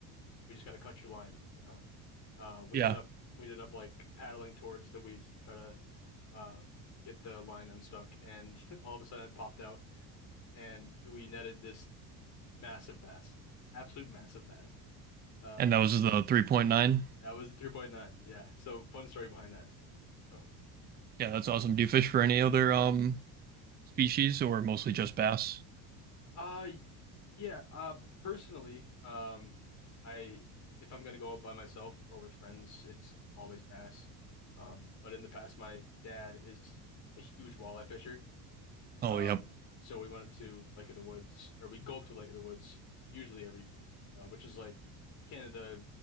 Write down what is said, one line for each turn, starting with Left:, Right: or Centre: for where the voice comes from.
Left: we just got to cut your line, you know. Uh, we
Right: Yeah.
Left: ended up we ended up like paddling towards the weeds to try to uh get the line unstuck. And <laughs> all of a sudden, it popped out, and we netted this massive bass, absolute massive bass. Uh,
Right: And that was the 3.9.
Left: that was the 3.9. Yeah. So fun story behind that too. So.
Right: Yeah, that's awesome. Do you fish for any other um species or mostly just bass?
Left: Uh y- yeah, uh personally, um I if I'm gonna go out by myself or with friends, it's always bass. Um but in the past my dad is a huge walleye fisher.
Right: Oh,
Left: Um
Right: yep.
Left: so we went up to Lake of the Woods or we go up to Lake of the Woods usually every year, uh which is like Canada